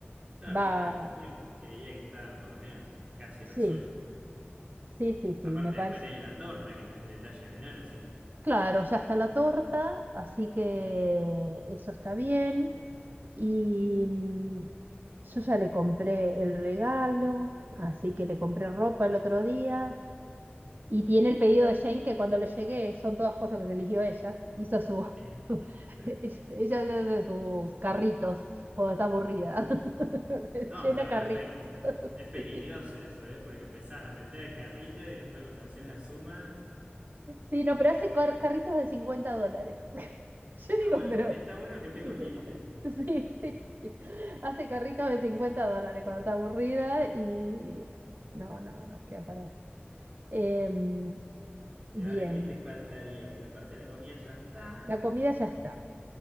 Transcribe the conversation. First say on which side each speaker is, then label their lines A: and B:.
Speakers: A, on the right; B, on the right.
A: Claro,
B: va.
A: aparte de la comida, creía que está por lo menos casi
B: Sí,
A: resuelta.
B: sí, sí, sí,
A: Aparte,
B: me parece.
A: después tenés la torta, que no es un detalle menor, así que.
B: Claro, ya está la torta, así que eso está bien. Y mm, yo ya le compré el regalo, así que le compré ropa el otro día. Y tiene el pedido de Jane que cuando le llegue son todas cosas que se eligió ella. Hizo su...
A: eh,
B: <laughs>
A: <laughs>
B: Ella hace sus carritos cuando está aburrida. <laughs>
A: No,
B: Llena
A: está
B: carritos.
A: perfecto.
B: <laughs>
A: Es peligroso
B: Sí.
A: eso, ¿eh? Porque empezás a meter el carrito y después cuando haces la suma.
B: Sí, no, pero hace car- carritos de 50 dólares. <laughs> Yo
A: Ah,
B: digo,
A: bueno,
B: pero...
A: está, está bueno que
B: <laughs>
A: tenga un límite.
B: Sí, sí, sí. Hace carritos de 50 dólares cuando está aburrida y... No, no, no, queda parado Em,
A: ¿Y
B: bien,
A: ahora qué te faltaría? Porque la parte de la comida ya está
B: la comida ya está.